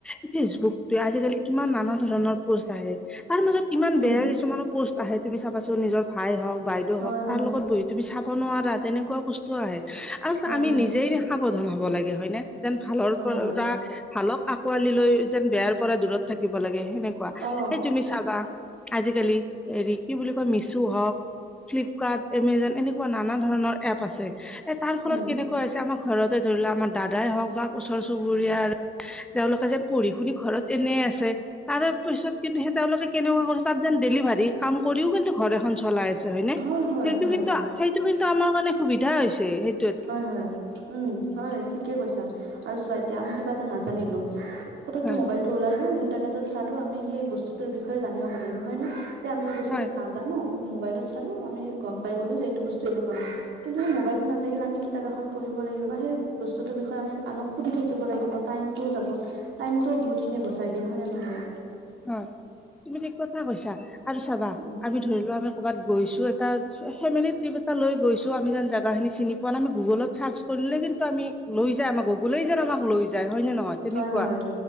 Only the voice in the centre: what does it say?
আৰু চাবা ফেচবুকতোৱে আজিকালি কিমান নানা ধৰণৰ পষ্ট আহে। তাৰ মাজত ইমান
বেয়া কিছুমানো প'ষ্ট আহে, তুমি চাবাছোন নিজৰ ভাইহওক বাইদেউহওক
তাৰ
লগত বহি। তুমি চাব নোৱাৰা, তেনেকুৱা বস্তু আহে আৰু
আমি
নিজেই সাৱধান হব লাগে হয়নে। যেন ভালৰ
পৰা
ভালক আঁকোৱালি লৈ, যেন বেয়াৰ পৰা দূৰত থাকিব লাগে সেনেকুৱা।
এই, তুমি চাবা আজিকালি হেৰি, কি বুলি কয় মিচু হওঁক। ফ্লিপকাৰ্ট, এমেজন এনেকুৱা নানা ধৰণৰ এপ আছে এ তাৰ ফলত
কেনেকুৱাহৈছে আমাক। ঘৰতে ধৰি লোৱা আমাৰ দাদাই হওঁক বা ওচৰ চুবুৰীয়াৰ। তেওঁলোকে যেন পঢ়ি শুনি ঘৰত এনেই আছে। তাৰে পিছত, কিন্তু সেই তেওঁলোকে কেনেকুৱা কৰি তাত যেন ডেলিভাৰী কাম কৰিও, কিন্তু ঘৰ এখন চলাই আছে হয়নে।
সেইটো
কিন্তু সেইটো কিন্তু আমাৰ কাৰণে সুবিধা হৈছে। সে
হয়
হয়
ওম। তুমি ঠিক কথা কৈছা আৰু চাবা
আমি ধৰি লোৱা, আমি ক'ৰবাত গৈছো, এটা ফেমিলি ট্ৰিপ এটা লৈ গৈছো আমি যেন জাগা খিনি চিনি পোৱা নাই, আমি গুগলত চাৰ্চ কৰিলে কিন্তু আমি লৈ যায়, আমাক গুগলেই যেন আমাক লৈ যায় হয় নে নহয়, তেনেকুৱা।